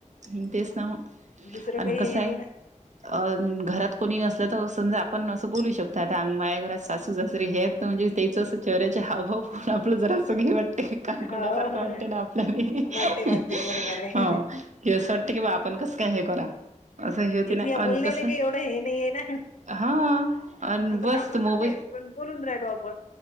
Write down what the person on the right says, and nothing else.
हं तेच ना म
आणि
कसं
आहे.
अं घरात कोणी नसलं तर समजा आपण असं बोलू शकतो आता आ माझ्या घरात सासू सासरे हे आहेत. तर म्हणजे तेचं असं चेहऱ्याचे हावभाव पाहून आपलं जरा असं हे वाट ते काणकोड्याळ
सारखं वाटत ना आपल्याला हे
हे
अ हो. की असं वाटते की बा आपण कसं काय हे करा. असं हे होते
ना
अन
कसं
हा अन
बस
मोबाईल